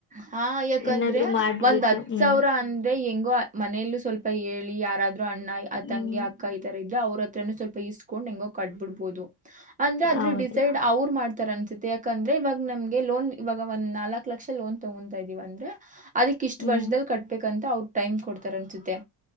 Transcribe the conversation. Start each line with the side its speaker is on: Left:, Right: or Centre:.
Right: ಹಾ ಯಾಕಂದ್ರೆ
Left: ಏನಾದ್ರು ಮಾಡ್ಬಿಟ್ಟು
Right: ಒಂದ್ ಹತ್
Left: ಹ್ಮ್
Right: ಸಾವಿರ ಅಂದ್ರೆ ಹೆಂಗೋ ಮನೆಯಲ್ಲೂ ಸ್ವಲ್ಪ ಹೇಳಿ ಯಾರಾದರು ಅಣ್ಣ ಆ
Left: ಹ್ಮ್
Right: ತಂಗಿ ಅಕ್ಕ ಈ ತರ ಇದ್ದ ಅವ್ರ ಹತ್ರನ್ನು ಸ್ವಲ್ಪ ಇಸ್ಕೊಂಡ್ ಹೆಂಗ ಕಟ್ಬಿಡ್ಬೋದು ಅಂದ್ರೆ ಆದದ್ರ
Left: ಹೌದು
Right: ಡಿಸೈಡ್ ಅವರು ಮಾಡ್ತ ತರ ಅನ್ಸತಿ ಯಾಕಂದ್ರೆ ಇವಾಗ ನಮ್ಗೆ ಲೋನ್ ಇವಾಗ ಒಂದ್ ನಾಲ್ಕಕ್ ಲಕ್ಷ ಲೋನ್ ತಗೊತಾ ಇದ್ದಿವವ ಅಂದ್ರೆ ಅದಕ್ ಇಷ್ಟ
Left: ಹ್ಮ್
Right: ವರ್ಷದಲ್ಲಿ ಕಟ್ಬೇಕಂತ ಅವ್ರ ಟೈಮ್ ಕೊಡ್ತಾರ ಅನ್ಸುತ್ತೆ